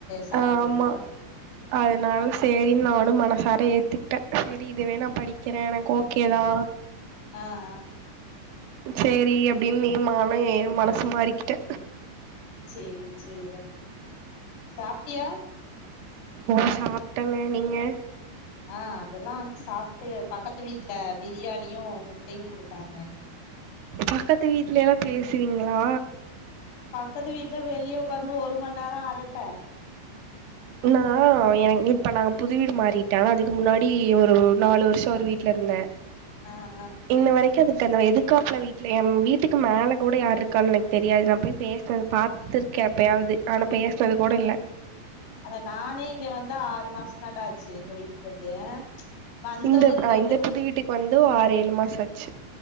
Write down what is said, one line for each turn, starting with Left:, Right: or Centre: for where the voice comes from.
Left: சாவ
Right: ஆமா
Left: வேண்டிதா
Right: அதனால சேரின் நானு மனசார ஏத்துக்ட்டே சேரி இதுவே நா படிக்கிறே எனக்கு ஓகேதா
Left: ஆ ஆ
Right: சேரி அப்டின் நீமானு மனசு மாறிக்கிட்டே
Left: சேர் சேரி டா சாப்ட்டியா
Right: நா சாப்ட்டங்க நீங்க
Left: ஆ அதல்லா சாப்ட்டு பக்கத்து வீட்ல பிரியாணியு முட்டயு குடுத்தாங்க
Right: பக்கத்து வீட்ல எல்லா பேசுவீங்ளா
Left: பக்கத்து வீட்ல வெளிய ஒக்காந்து ஒரு மண் நேரோ அரட்ட
Right: நா என இப்ப நாங்க புது வீடு மாறிட்டே ஆனா அதுக்கு முன்னாடி ஒரு நாலு வர்ஷோ ஒரு வீ ட்லருந்தே
Left: ஆ ஆ
Right: இன்ன வரைக்கு அதுக்கு அந்த எதுகாப்ல வீட்ல என் வீட்டுக்கு மேல கூட யார்ருக்கான் எனக்கு தெரியாது நா போய் பேசுனது பாத்துருக்கே எப்பயாவ்து ஆனா பேசுனது கூடல்ல
Left: ஆனா நானே இங்க வந்து ஆறு மாச தான்டா ஆச்சு எங்க வீட்டு வந்து வந்த
Right: இந்த
Left: ஒரு
Right: ஆ
Left: ரெண்டு
Right: இந்த புது வீட்டுக்கு வந்து ஆறு ஏழு மாசோ ஆச்சு